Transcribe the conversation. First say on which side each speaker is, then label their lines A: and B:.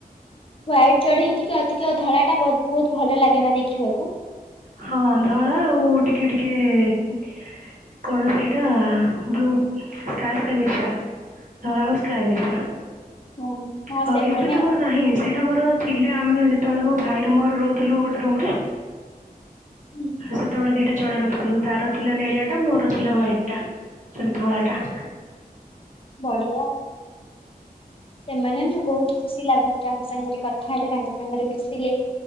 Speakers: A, on the left (about 35°); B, on the right (about 55°).
A: ୱାଇଟ ଚଢେଇ ଟିକେ ଅଧିକ ଧଳାଟା ବହୁତ ବହୁତ ଭଲ ଲାଗେନା ଦେଖିବାକୁ।
B: ହଁ ଧଳା ଆଉ ଟିକେ ଟିକେ କଣ ସେଇଟା ବ୍ଲୁ ସ୍କାଏ <unintelligible> ଧଳା ଆଉ ସ୍କାଏ ମିଶା।
A: ହଁ
B: ହଁ
A: ସେମାନେ
B: ଏବେ ତ
A: ଆମ
B: ମୋର ନାହିଁ ସେଇଟା ମୋର ଥିଲେ ଆମେ ଯେତେବେଳେ ମୋ ଭାଇ ର ମୋର ରହୁଥିଲୁ ଗୋଟେ ରୁମରେ।
A: ହୁଁ।
B: ସେତେବେଳେ ଦିଟା ଚଢେଇ ରଖିଥିଲୁ ତାର ଥିଲା ନେଳିଆ ଟା ମୋର ଥିଲା ହ୍ଵାଇଟ୍ ଟା। ସେଟା ଧଳାଟା।
A: ଆରେ ବାଃ, ବଢିଆ ସେମାନେ ନା ବହୁତ୍ ଖୁସି ଲାଗନ୍ତି ତାଙ୍କ ସାଙ୍ଗରେ କଥା ହେଲେ ତାଙ୍କ ସାଙ୍ଗରେ ମିଶିଲେ।